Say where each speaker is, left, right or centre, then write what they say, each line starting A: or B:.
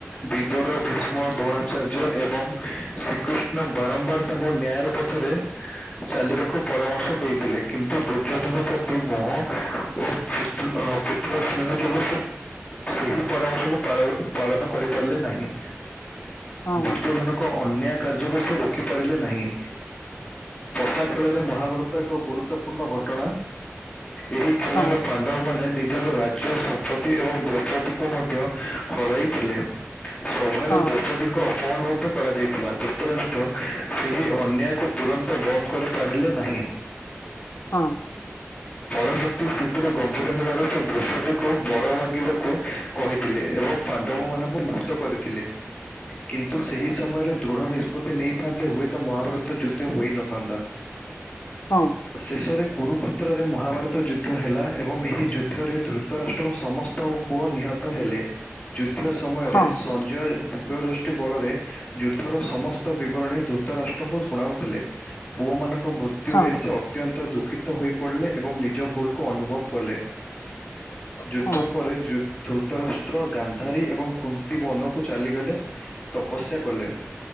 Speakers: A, on the left; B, on the left.
A: ବିଦୁର ଭୀଷ୍ମ ଦ୍ରୋଣାଚାର୍ଯ୍ୟ ଏବଂ ଶ୍ରୀକୃଷ୍ଣ ବାରମ୍ବାର ତାଙ୍କୁ ନ୍ୟାୟର ପଥରେ ଚାଲିବାକୁ ପରାମର୍ଶ ଦେଇଥିଲେ କିନ୍ତୁ ଦୁର୍ଯ୍ୟୋଧନ ପ୍ରତି ମୋହ ଓ ପୁତ୍ରୁ ଅ ପୁତ୍ର ସ୍ନେହ ଯୋଗୁ ସେ ସେହି ପରାମର୍ଶକୁ ପାଳ ପାଳନ କରି ପାରିଲେ ନାହିଁ
B: ହଁ
A: ଦୁର୍ଯ୍ୟଧନ ଙ୍କ ଅନ୍ୟାୟ କାର୍ଯ୍ୟକୁ ସେ ରୋକି ପାରିଲେ ନାହିଁ। ପଷା ଖେଳରେ ମହାଭାରତ ଏକ ଗୁରୁତ୍ୱପୂର୍ଣ୍ଣ ଘଟଣା ଏହି ଖେଳରେ
B: ହଁ
A: ପାଣ୍ଡବମାନେ ନିଜର ରା ଜ୍ୟ ସମ୍ପତ୍ତି ଏବଂ ଦ୍ରୌପଦୀକୁ ମଧ୍ୟ ହରାଇଥିଲେ ସଭାରେ
B: ହଁ
A: ଦୋ ପଦୀଙ୍କ ଅପମାନ ମଧ୍ୟ କରାଯାଇଥିଲା ଦ୍ରୁତରାଷ୍ଟ୍ର ସେହି ଅନ୍ୟାୟକୁ ତୁରନ୍ତ ବନ୍ଦ କରି ପାରିଲେ ନାହିଁ।
B: ହଁ।
A: ପ୍ରତି ସ୍ଥିତିର ଗମ୍ଭୀର ହେବାର ସେ ଦୃଶ୍ୟଟିକୁ ବର ମାଗିବାକୁ କହିଥିଲେ ଏବଂ ପାଣ୍ଡବ ମାନ କୁ ମୁକ୍ତ କରିଥିଲେ। କିନ୍ତୁ ସେହି ସମୟରେ ଦୃଢ ନିଷ୍ପତ୍ତି ନେଇଥାନ୍ତେ ହୁଏତ ମହାଭାରତ ଯୁଦ୍ଧ ହୋଇନଥାନ୍ତା।
B: ହଁ।
A: ଶେଷରେ କୁରୁକ୍ଷେତ୍ରରେ ମହାଭାରତ ଯୁଦ୍ଧ ହେଲା ଏବଂ ଏହି ଯୁଦ୍ଧରେ ଦୃତ ତ ରାଷ୍ଟ୍ରଙ୍କ ସମସ୍ତଙ୍କ ପୁଅ ନିହତ ହେଲେ ଯୁଦ୍ଧ ସମୟରେ
B: ହଁ
A: ସଞ୍ଜୟ ଦୁ ଦୃଷ୍ଟି ବଳରେ ଯୁଦ୍ଧର ସମସ୍ତ ବିବରଣୀ ଦୂତରାଷ୍ଟ୍ରଙ୍କୁ ଶୁଣାଉଥିଲେ। ପୁଅ ମାନଙ୍କ ମୃତ ତ୍ୟୁ
B: ହଁ
A: ରେ ସେ ଅତ୍ୟନ୍ତ ଦୁଃଖିତ ହୋଇ ପଡ଼ିଲେ ଏବଂ ନିଜ ଭୁଲକୁ ଅନୁଭବ କଲେ। ଯୁଦ୍ଧ
B: ହଁ
A: ପରେ ଯୁ ଧୃତରାଷ୍ଟ୍ର ଗାନ୍ଧାରୀ ଏବଂ କୁ ନ୍ତି ବନକୁ ଚାଲିଗଲେ ତପସ୍ୟା କଲେ।